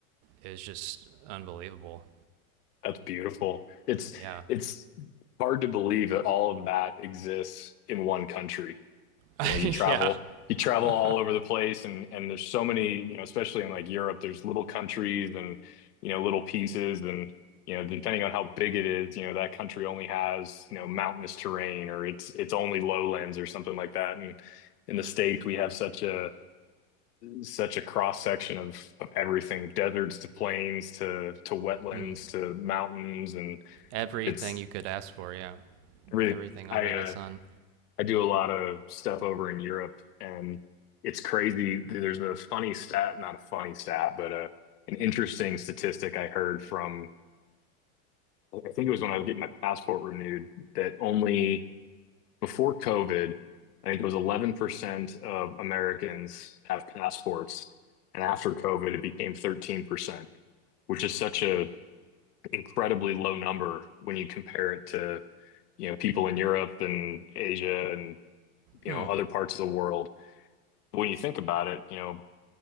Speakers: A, on the right (about 50°); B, on the left (about 90°).
A: It was just unbelievable
B: That's beautiful. It's
A: yeah
B: it's hard to believe that all of that exists in one country.
A: <laughs>
B: you know you travel
A: yeah
B: you travel
A: <laughs>
B: all over the place and and there's so many you know especially in like Europe there's little countries and you know little pieces and you know depending on how big it is you know that country only has you know mountainous terrain or it's it's only lowlands or something like that and in the States we have such a such a cross section of of everything deserts to plains to to wetlands
A: hmm.
B: to mountains and
A: everything
B: it's
A: you could ask for yeah
B: really
A: everything
B: I
A: under
B: uh
A: the sun
B: I do a lot of stuff over in Europe, and it's crazy. There's a funny stat, not a funny stat, but uh an interesting statistic I heard from, I think it was when I was getting my passport renewed, that only before COVID, I think it was 11% of Americans have passports. And after COVID, it became 13%, which is such a incredibly low number when you compare it to, you know, people in Europe and Asia and, you
A: hmm
B: know, other parts of the world. when you think about it, you know,